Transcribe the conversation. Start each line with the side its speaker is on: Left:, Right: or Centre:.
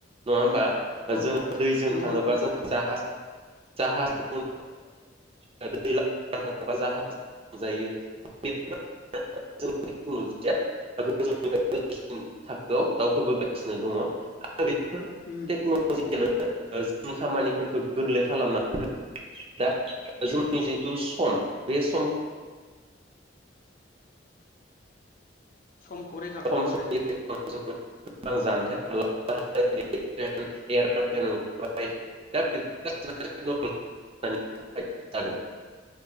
Right: नङा होमबा?
Left: औ
Right: जोङो दैजों
Left: नंगौ
Right: थाङोबा
Left: नोंथां नंगौ
Right: जों <unintelligible> जाहासजों थांजायो। <unintelligible> <unintelligible> थाखोआव दावखोबोगासिनो दङ <unintelligible> दा बेफोर
Left: उम
Right: टेक्न'लजियानो जोंनि खामानिफोरखौ गोरलै खालामनानै <unintelligible> दा जोंनि जिहेथु सम बे सम
Left: समखौ
Right: <unintelligible>
Left: रैखा खालामो आरो जों
Right: <unintelligible> <unintelligible>